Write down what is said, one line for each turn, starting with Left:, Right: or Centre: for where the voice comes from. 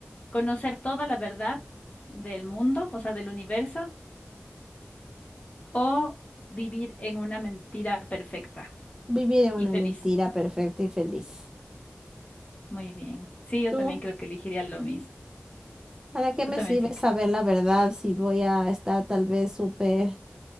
Left: ¿conocer toda la verdad del mundo, o sea, del universo? o vivir en una mentira perfecta
Right: viviría una
Left: y feliz.
Right: mentira perfecta y feliz.
Left: Muy bien. Sí, yo
Right: ¿Tú?
Left: también creo que elegiría lo mismo.
Right: ¿Para qué
Left: Yo
Right: me
Left: también
Right: sirve
Left: sí
Right: saber
Left: creo.
Right: la verdad si voy a estar tal vez súper